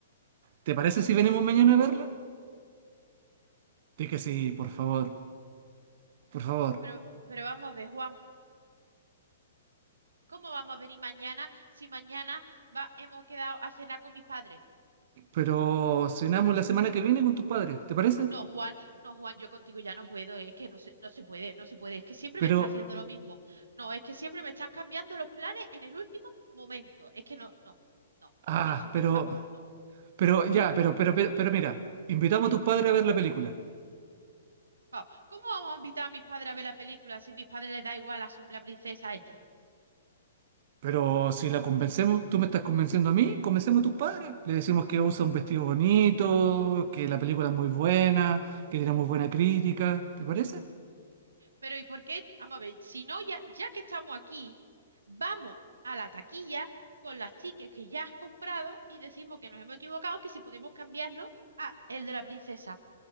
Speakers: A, on the right; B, on the right.
A: ¿Te parece si venimos mañana a verla? Di que sí, por favor, por favor.
B: Pero, pero vamos a ver, Juan. ¿Cómo vamos a venir mañana si mañana va- hemos quedado a cenar con mis padres?
A: Pero cenamos la semana que viene con tus padres, ¿te parece?
B: No, Juan, no, Juan, yo contigo ya no puedo, es que no se, no se puede, no se puede, es que siempre
A: Pero,
B: me estás haciendo lo mismo. No, es que siempre me estás cambiando los planes en el último momento. Es que no, no, no,
A: ah,
B: esto me
A: pero,
B: fa... No,
A: pero, ya, pero, pero, pero, pero mira, invitamos a tus padres a ver la película.
B: vamos, ¿cómo vamos a invitar a mis padres a ver la película si a mis padres les da igual a su- la princesa esta?
A: Pero si la convencemos, tú me estás convenciendo a mí, convencemos a tus padres. Le decimos que usa un vestido bonito, que la película es muy buena, que tiene muy buena crítica. ¿Te parece?
B: Pero ¿y por qué? Vamos a ver, si no, ya, ya que estamos aquí, vamos a la taquilla con las tickets que ya has comprado y decimos que nos hemos equivocado, que si podemos cambiarlo a el de la princesa.